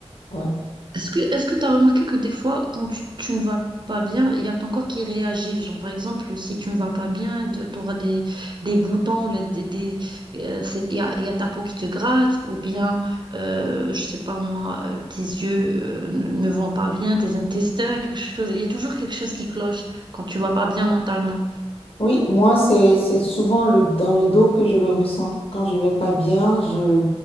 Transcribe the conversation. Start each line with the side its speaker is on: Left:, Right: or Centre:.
Left: Ouais.
Right: Est-ce que est-ce que tu as remarqué que des fois, quand tu, tu ne vas pas bien, il y a ton corps qui réagit. Genre, par exemple, si tu ne vas pas bien, tu auras des, des boutons, là, des, des, euh, c'est- il y a, il y a ta peau qui te gratte, ou bien, euh, je sais pas moi, euh, tes yeux euh, ne ne vont pas bien, tes intestins, quelque chose. Il y a toujours quelque chose qui cloche quand tu vas pas bien mentalement.
Left: Oui, moi, c'est, c'est souvent le, dans le dos que je le ressens. Quand je vais pas bien, je,